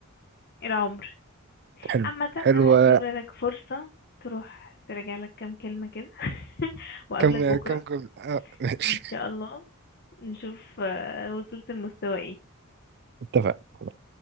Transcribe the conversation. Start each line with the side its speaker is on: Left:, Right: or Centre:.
Left: العمر
Right: حلو
Left: عامة
Right: حلوة
Left: انا هسيب لك فرصة تروح تراجع لك كام كلمة كده <laughs> وقابلك
Right: كم
Left: بكرة
Right: كم كم اه ماشي
Left: ان شاء الله نشوف آه، وصلت المستوى ايه
Right: <laughs> اتفقنا